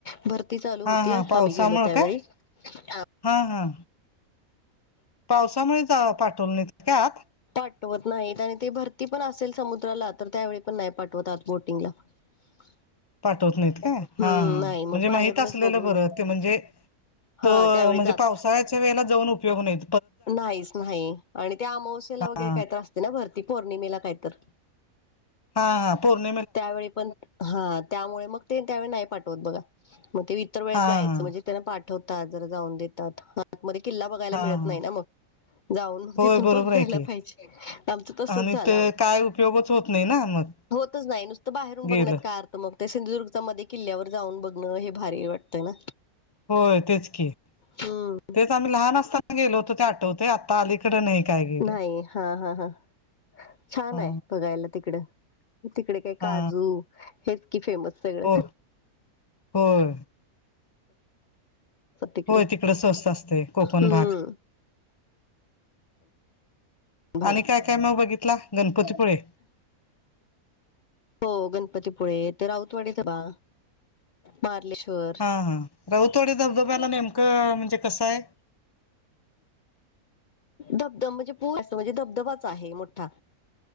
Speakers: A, on the left (about 75°); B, on the left (about 25°).
A: भर ती चालू होती
B: हा हा
A: आम्ही
B: पावसामुळं
A: गेलो त्यावेळी
B: काय
A: अ
B: हा हा पावसामुळे जा पाठवलं नाहीत काय आत.
A: पाठवत नाहीत आणि ते भरती पण असेल समुद्राला तर त्यावेळी पण नाही पाठवत आात बोटिंगला. <inaudible>
B: पाठवत नाहीत काय
A: हम्म
B: हा हा
A: नाही
B: म्हणजे
A: मग बाहेरूनच
B: माहित असलेलं
A: बघून
B: बरं
A: मग
B: ते म्हणजे
A: हा
B: तो
A: त्यावेळी
B: म्हणजे
A: च आत.
B: पावसाळ्याच्या वेळेला जाऊन उपयोग नाहीत.
A: नाहीच नाही आणि त्या अमावस्याला
B: हा
A: वगैरे काहीतर असते ना भरती पौर्णिमेला काहीतर.
B: हा हा पौर्ण
A: त्यावेळी पण हा त्यामुळे मग ते त्यावेळी नाही पाठवत बघा मग ते इतर वेळी
B: हा
A: जायचं
B: हा
A: म्हणजे त्यांना पाठवतात जरा जाऊन देतात हातमध्ये किल्ला बघायला
B: हा
A: मिळत
B: हा
A: नाही ना मग. जाऊन मग
B: होय
A: तिथून
B: बरोबर
A: परत
B: आहे
A: यायला
B: की
A: पाहिजे आमचं तसच
B: आणि
A: झालं
B: ते
A: आवो.
B: काय उपयोगच होत नाही ना मग.
A: <unintelligible> नुसतंच बाहेरून बघण्यात
B: गेलं
A: काय आर तर मग ते सिंधुदुर्गचामध्ये किल्ल्यावर जाऊन बघणं हे भारी वाटतंय ना?
B: होय तेच की.
A: हम्.
B: तेच आम्ही लहान असताना गेलो होतो ते आठवतेय आत्ता अलीकड नाही काय गे
A: नाही हा हा हा छान
B: हा
A: आहे बघायला तिकडं तिकडे काय काजू
B: हा
A: हेच की फेमस. सगळं
B: हो होय.
A: तिकडे
B: होय तिकड स्वस्त असतय कोकण
A: हम्म.
B: भाग.
A: पण
B: आणि काय काय मग बघितला गणपतीपुळे.
A: हो गणपतीपुळे तर राऊतवाडीच बा. मारलेश्वर.
B: हा हा राऊतवाडी धबधब्याला नेमकं म्हणजे कसाय.
A: धबधब म्हणजे पोत म्हणजे धबधबाच आहे मोठा.